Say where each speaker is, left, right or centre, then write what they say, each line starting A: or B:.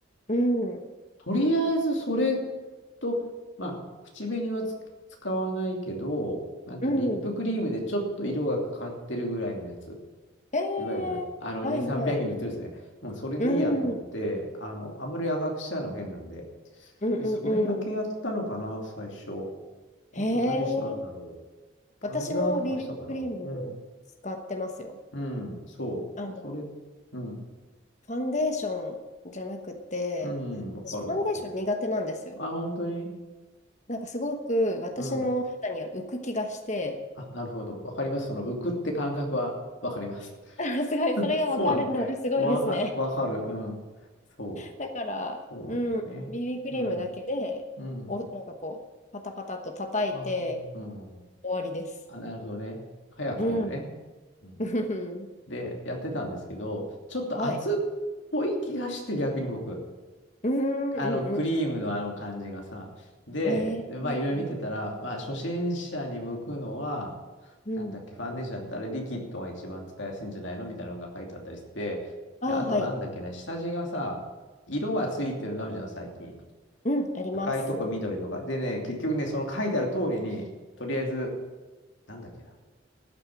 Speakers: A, on the left (about 35°); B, on the left (about 60°).
A: に。うん。
B: とりあえずそれと、まあ、口紅はつ使わないけど、なんていうのリップクリームでちょっと色がかかってるぐらいのやつ。
A: うん。ええはいはい。
B: いわゆる、あの、2、300円に売ってるんですね。もうそれでいいやと思って、
A: うん。うん
B: あの、あんまり赤くしちゃうのも変なんで。
A: うんうん。
B: で、それだけやったのかな、最初。
A: へえ。
B: あと何したんだろう。パウダーとかしたかな。
A: 私も BB クリーム使ってますよ。
B: うん。うん、そう。
A: あの、
B: それ、うん。
A: ファンデーションじゃなくて、
B: うん、わかるわかる。
A: 私ファンデーション苦手なんですよ。
B: あ、本当に。
A: なんかすごく私の肌には浮く気がして、
B: うん。あ、なるほど。わかります。その浮くって感覚はわかります。
A: <laughs> すごい、
B: <laughs>
A: それが分かるのがすごいですね。
B: そうなんだ。わか、わかる。うん。そう。
A: だから、
B: そうなんだよね。
A: うん、BB クリームだけで、
B: うん。うん。
A: お、なんかこう、パタパタと叩いて
B: あ、うん。うん。うん
A: 終わりです。
B: あ、なるほどね。早くていいよね。
A: うん。
B: うん。
A: <laughs>
B: で、やってたんですけど、ちょっと熱っ
A: はい。
B: ぽい気がして逆に僕。
A: うん、
B: あの、
A: うん、
B: クリームのあの感じがさ。
A: うん。
B: で、
A: えー、
B: で、まあ、いろいろ見てたら、まあ、初心者に向くのは、
A: うん。
B: なんだっけ、
A: うん
B: ファンデーションだったらリキッドが一番使いやすいんじゃないのみたいなのが書いてあったりして、
A: ああ、
B: で、あとなんだっけね、
A: はい。
B: 下地がさ、色がついてるのあるじゃん、最近。
A: うん、あります。
B: 赤いとこ緑とか。でね、結局ね、その書いてある通りに、とりあえず、なんだっけな。